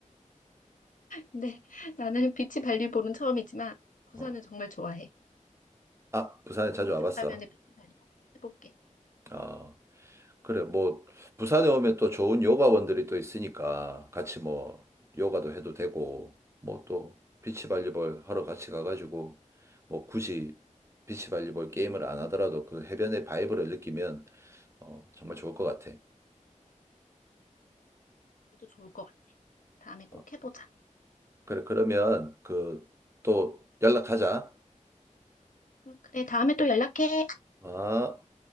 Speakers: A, on the left; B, on the right.
A: 근데 <laughs> 나는 비치 발리볼은 처음이지만 부산은
B: 어.
A: 정말 좋아해.
B: 아, 부산에
A: 꼭
B: 자주
A: 부산
B: 와봤어.
A: 가면은 비치 발리볼 꼭 해볼게.
B: 어. 그래, 뭐, 부산에 오면 또 좋은 요가원들이 또 있으니까 같이 뭐, 요가도 해도 되고, 뭐 또, 비치발리볼 하러 같이 가가지고, 뭐 굳이 비치발리볼 게임을 안 하더라도 그 해변의 바이브를 느끼면, 어, 정말 좋을 것 같아.
A: 너도 좋을 것 같아. 다음에 꼭
B: 어,
A: 해보자.
B: 그래, 그러면 그, 또 연락하자.
A: 응, 그래, 다음에 또 연락해.
B: 아